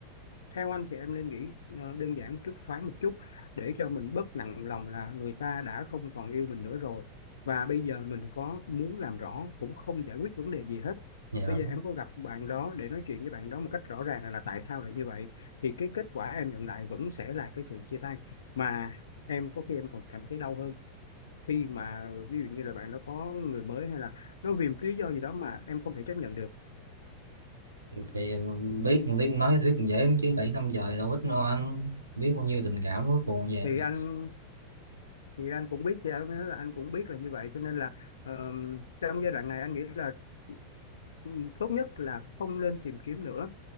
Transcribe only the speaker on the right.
dạ
thì biết con Liên nói với Thúy cũng dễ chứ bảy năm trời đâu ít đâu anh biết bao nhiêu tình cảm cuối cùng về.